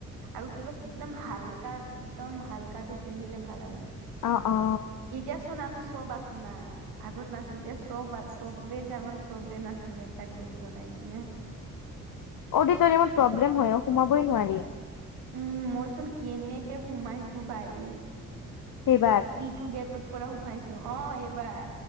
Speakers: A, on the right; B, on the left.
A: আৰু কিবাচ একদম হালকা একদম হালকাটো পিন্ধিলে ভাল আৰু।
B: অ', অ'।
A: এতিয়া চোন আমি চব আছো না আগত নাছিল এতিয়া চব-চব। বেজ আমাৰ চবে নাছিম এটা গ্ৰুপ বনাই কেনাই।
B: অডিটৰিয়ামত প্ৰব্লেম হয় অ' সোমাবই নোৱাৰি।
A: উম, মই চোন কেনেকে সোমাইছো বাই
B: সেইবাৰ।
A: ইটো গেটত। পৰা সোমাইছো অ' এইবাৰ।